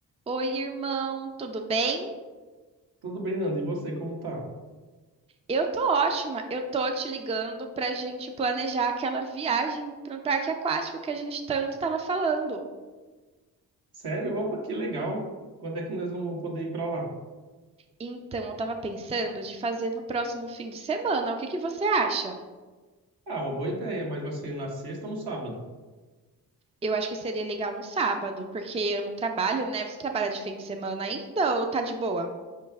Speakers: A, on the right; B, on the right.
A: Oi, irmão, tudo bem?
B: Tudo bem, Nando? E você, como tá?
A: Eu tô ótima. Eu tô te ligando pra gente planejar aquela viagem para um parque aquático que a gente tanto tava falando.
B: Sério? Opa, que legal. Quando é que nós vamos poder ir pra lá?
A: Então, eu tava pensando de fazer no próximo fim de semana. O que que você acha?
B: Ah, uma boa ideia, mas vai ser na sexta ou no sábado?
A: Eu acho que seria legal no sábado, porque eu não trabalho, né? Você trabalha de fim de semana ainda ou tá de boa?